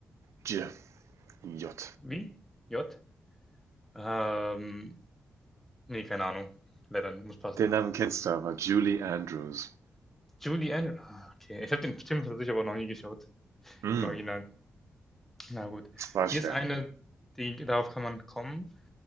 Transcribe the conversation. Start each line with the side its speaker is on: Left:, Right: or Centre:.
Right: J. J.
Centre: Wie? J? Ähm, nee, keine Ahnung. Leider, muss passen.
Right: Den Namen kennst du aber, Julie Andrews.
Centre: Julie Andrews. Ah, okay. Ich habe den Film tatsächlich aber noch nie geschaut,
Right: Hm,
Centre: den Original. Na gut.
Right: war
Centre: Hier
Right: schwer.
Centre: ist eine, die, darauf kann man kommen.